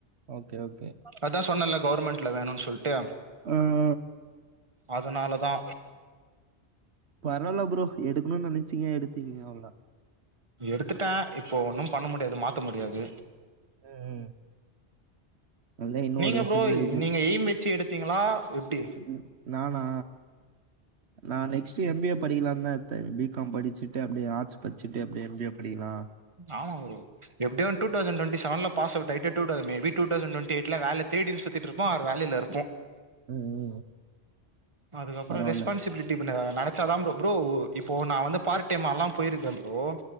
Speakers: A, on the right; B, on the right.
A: ஓகே ஓகே
B: அதா சொன்னன்ல கவர்மெண்ட்ல வேணுன் சொல்ட்டு
A: ஆமா
B: அதனாலதா
A: பரவால்ல ப்ரோ ப்ரோ எடுக்கணுன் நினச்சீங்க எடுத்தீங்க அவ்ளோதா
B: எடுத்துட்ட இப்போ ஒன்னு பண்ண முடியாது மாத்த முடியாது
A: ம் ம் நல்லா இன்னும்
B: நீங்க
A: ஒரு வருஷம்
B: ப்ரோ
A: தான் இருக்கு
B: நீங்க எய்ம் வச்சு எடுத்தீங்களா எப்டி
A: ம் நானா நா நெக்ஸ்ட் எம்பிஏ படிக்கலான்தா எடுத்த பி கா ம் படிச்சுட்டு அப்டியே ஆர்ட்ஸ் படிச்சுட்டு அப்டியே எம் பி ஏ படிக்கலா
B: ஆமா ப்ரோ எப்டியே டூ தௌசண் டுவெண்ட்டி செவன்ல பாஸ் அவுட் ஆய்ட்டு two thousand maybe two thousand twenty எய்ட்ல வேல தேடின் சுத் ட்டு இருப்போ ஆர் வேலைல இருப்போ
A: ம் ம்
B: அதுக்கப்ற
A: பரவால்ல
B: ரெஸ்பான்சிபிலிட்டி <inaudible> படிச்சாதா ப்ரோ ப்ரோ இப்போ நா வந்து பார்ட் டைமால்லா போய்ருக்க ப்ரோ